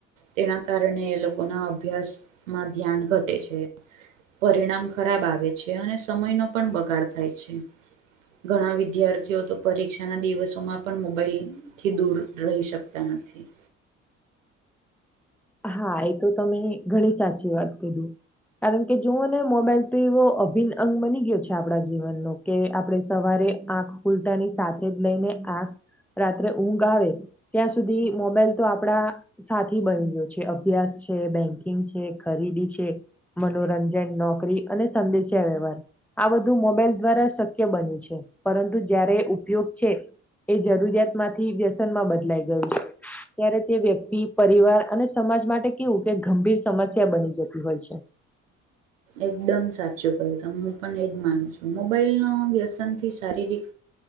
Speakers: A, on the right (about 80°); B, in the centre.
A: તેના કારણે એ લોકોના અભ્યાસ માં ધ્યાન ઘટે છે. પરિણામ ખરાબ આવે છે અને સમયનો પણ બગાડ થાય છે. ઘણા વિદ્યાર્થીઓ તો પરીક્ષાના દિવસોમાં પણ મોબાઈલ થી દૂર રહી શક તા નથી.
B: હા એ તો તમે ઘણી સાચી વાત કીઘી. કારણ કે જોઓને મોબાઈલ તો એવો <unintelligible> અંગ બની ગયો છે આપણા જીવનનો કે આપણે સવારે આંખ ખુલતાની સાથે જ લઈને આંખ રાત્રે ઊંઘ આવે ત્યાં સુધી મોબાઈલ તો આપડા સાથી બની ગ્યો છે. કે અભ્યાસ છે બેન્કિંગ છે ખરીદી છે. મનોરંજન નોકરી અને <unintelligible> વ્યવહાર. આ બધું મોબાઈલ દ્વારા શક્ય બન્યું છે પરંતુ જ્યારે ઉપયોગ છે. એ જરૂરિયાત માંથી વ્યસનમાં બદલાઈ ગયું છે ત્યારે તે વ્યક્તિ પરિવાર અને સમાજ માટે કેવું કે ગંભીર સમસ્યા બની જતી હોય છે.
A: એકદમ સાચું કહ્યું તમે હું પણ એજ માનું છું મોબાઈલ નો વ્યસન થી શારીરિક